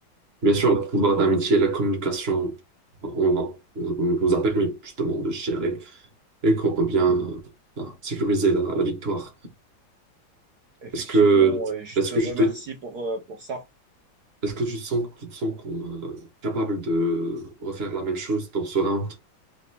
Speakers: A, on the right; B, on the right.
A: Bien sûr, le pouvoir d'amitié, la communication, on, va- on nous a permis justement de gérer. et qu'on peut bien euh, ben, sécuriser la, la victoire.
B: Effectivement,
A: Est-ce que,
B: et je
A: est-ce
B: te
A: que
B: remercie
A: tu te,
B: pour, euh, pour ça.
A: est-ce que tu sens, tu te sens qu'on, euh, capable de refaire la même chose dans ce round?